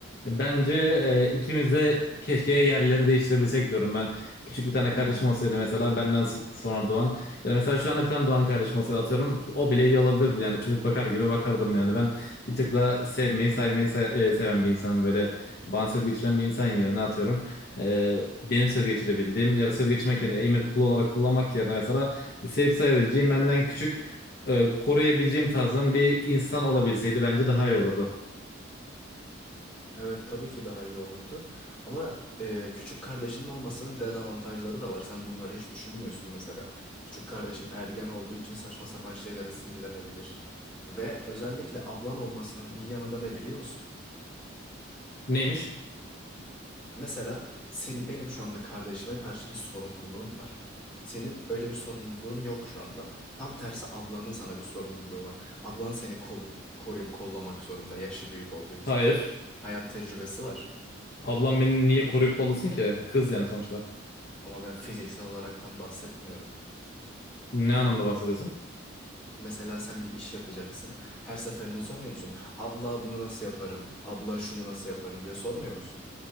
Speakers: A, on the left (about 50°); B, in the centre.
A: Bence e, ikimiz de keşke yerleri değiştirebilsek diyorum ben. Küçük bir tane
B: <laughs>
A: kardeşim olsaydı mesela benden s- sonra doğan ya da mesela şu anda bir tane doğan kardeşim olsaydı atıyorum o bile iyi olabilirdi yani çocuk bakar gibi bakardım yani ben bir tık daha sevmeyi saymayı say- e, seven bir insanım böyle bana söz geçiren bir insan yerine atıyorum e, benim söz geçirebildiğim ya da söz geçirmek yerine emir kulu olarak kullanmak yerine mesela sevip sayabileceğim benden küçük e, koruyabileceğim tarzdan bir insan olabilseydi bence daha iyi olurdu.
B: Evet tabii ki daha iyi olurdu. Ama e, küçük kardeşinin olmasının dezavantajları da var. Sen bunları hiç düşünmüyorsun mesela. Küçük kardeşin ergen olduğu için saçma sapan şeylere sinirlenebilir. Ve özellikle ablan olmasının iyi yanı da ne biliyor musun?
A: Neymiş?
B: Mesela senin benim şu anda kardeşime karşı bir sorumluluğum var. Senin öyle bir sorumluluğun yok şu anda. Tam tersi ablanın sana bir sorumluluğu var. Ablan seni kol- koruyup kollamak zorunda yaşı büyük olduğu için.
A: Hayır.
B: Hayat tecrübesi var.
A: Ablam beni niye koruyup kollasın ki? Kız yani sonuçta.
B: Ama ben fiziksel olaraktan bahsetmiyorum.
A: Ne anlamda bahsediyorsun?
B: Mesela sen bir iş yapacaksın. Her seferinde sormuyor musun? Abla bunu nasıl yaparım? Abla şunu nasıl yaparım diye sormuyor musun?